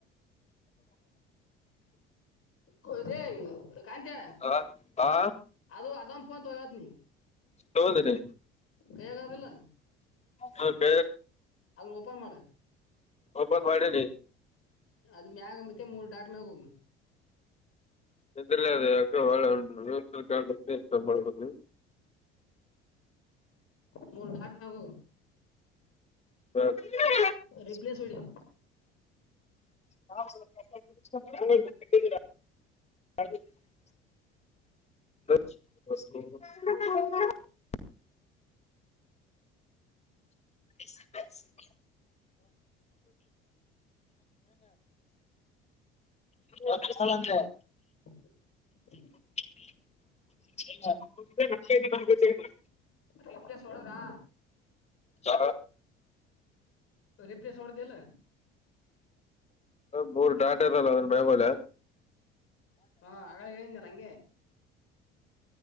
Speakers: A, on the left (about 45°); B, on the left (about 20°).
A: ಹ ರ ಕತ್ಯ
B: ಆ ಆ
A: ಅದು ಅದ ಪಂತ ವವತ ನೀ
B: ಷ್ಟಗಂದಿ
A: ಹೇಗ ಅದಿಲ್ಲ
B: ಹ ಕ
A: ಅಲ್ ಓಪನ್ ಮಾಡ
B: ಓಪನ್ ಮಾಡಿ
A: ಅದ್ ಮ್ಯಾಗ ಮತ್ತೆ ಮೂರ್ ದಡಾಟ ಮ್ಯಾಗ ಹೋಗ
B: ಇದಲ್ಲ ಅ ಯಾಕೆಾಳೆ ಉಂ ಸ್ವಲ್ ಮಾಡಬ
A: ಮೂರು ಾಟ ಮಾಗು
B: <unintelligible>
A: ರಿಪ್ಲೇಸ್ ಹೊಡಿ
B: ಹ <unintelligible> <unintelligible> ಹ ಅಲಂತ
A: <unintelligible>
B: ನಗೆ
A: ರಿಪ್ಲೇಸ್ ಹಳ್ರಾ
B: ಯ
A: ರರಿಪ್್ಲೆಸ್ ರ್ಡರ್ ದಲ್ಲ
B: ಬೋರ್ ಡಾಟರಲ್ಲ ಅದನ್ನ ಬೇಗಲೆ
A: ಹಾ ಆಗ ಏನಲ್ಲ ಹಂಗೆ